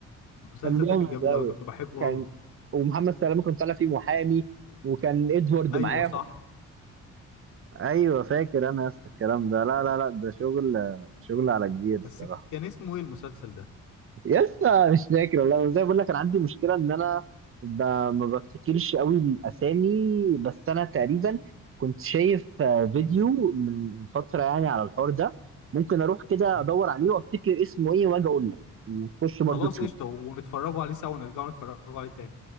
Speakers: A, on the left; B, on the right.
A: المسلسل
B: كان جامد
A: ده كان جامد
B: قوي
A: قوي كنت بحبه
B: كان
A: قوي
B: ومحمد سلامه كان طالع فيه محامي وكان ادوارد
A: ايوه
B: معاهم
A: صح
B: ايوه فاكر انا يا اسطى الكلام ده لا لا لا ده شغل شغل على كبير الصراحه
A: بس كان اسمه ايه المسلسل ده
B: يا اسطى مش فاكر والله زي ما بقول لك انا عندي مشكله ان انا ب... ما بفتكرش قوي الاسامي بس انا تقريبا كنت شايف آه، فيديو من فتره يعني على الحوار ده ممكن اروح كده
A: مم.
B: ادور عليه وافتكر اسمه ايه واجي اقول لك وتخش برضو
A: خلاص
B: تشوف
A: قشطه ونتفرجوا عليه سوا ونرجعوا نتفرجوا عليه تاني